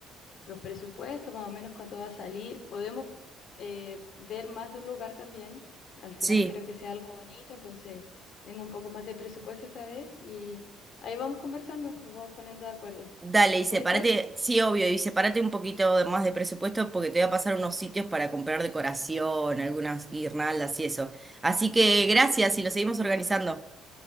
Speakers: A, on the left (about 50°); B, on the right (about 15°).
A: los presupuestos, más o menos cuánto va a salir. Podemos eh, ver más de un lugar también. Al final
B: Sí,
A: quiero que sea algo bonito, entonces tengo un poco más de presupuesto esta vez y ahí vamos conversando, nos vamos poniendo de acuerdo.
B: dale, y sepárate,
A: ¿Puede ser?
B: sí, obvio, y sepárate un poquito de- más de presupuesto porque te voy a pasar unos sitios para comprar decoración, algunas guirnaldas y eso. Así que gracias y lo seguimos organizando.